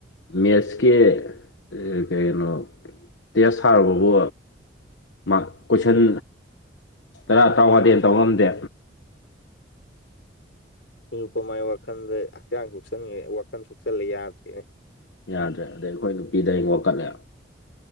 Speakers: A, on the left (about 80°); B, on the left (about 70°).
A: ꯃꯦꯠꯁꯀꯤ <unintelligible> ꯇꯦꯁ ꯊꯔꯨꯕꯕꯨ ꯃꯥ ꯀꯣꯏꯁꯟ ꯇꯔꯥ ꯇꯔꯥꯃꯉꯥ ꯗꯩ ꯍꯦꯅ ꯇꯧ ꯉꯝꯗꯦ
B: ꯅꯤꯔꯨꯞꯄꯃꯥꯏ ꯋꯥꯈꯟꯗ ꯍꯛꯆꯥꯡ ꯁꯣꯛꯆꯟꯉꯦ ꯋꯥꯈꯟ ꯁꯣꯛꯆꯜꯂꯦ ꯌꯥꯗ꯭ꯔꯦꯅꯦ
A: ꯌꯥꯗ꯭ꯔꯦ ꯑꯗꯩ ꯑꯩꯈꯣꯏ ꯅꯨꯄꯤꯗ ꯑꯩ ꯋꯥꯀꯠꯂꯦ